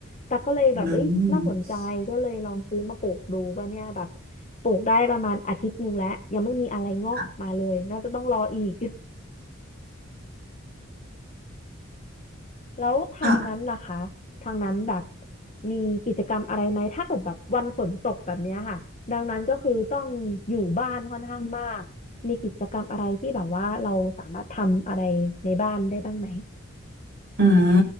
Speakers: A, on the left (about 35°); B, on the right (about 50°).
A: แต่ก็เลยแบบเอ้ยน่าสนใจก็เลยลองซื้อมาปลูกดูว่าเนี่ยแบบ
B: อืม
A: ปลูกได้ประมาณอาทิตย์หนึ่งแล้วยังไม่มีอะไรงอกออกมาเลยน่าจะต้องรออีก
B: ค่ะ
A: <laughs> แล้วทางนั้นล่ะคะทางนั้นแบบ
B: ค่ะ
A: มีกิจกรรมอะไรไหมถ้าเกิดแบบวันฝนตกแบบเนี้ยค่ะดังนั้นก็คือต้องอยู่บ้านค่อนข้างมากมีกิจกรรมอะไรที่แบบว่าเราสามารถทำอะไรในบ้านได้บ้างไหม
B: อืม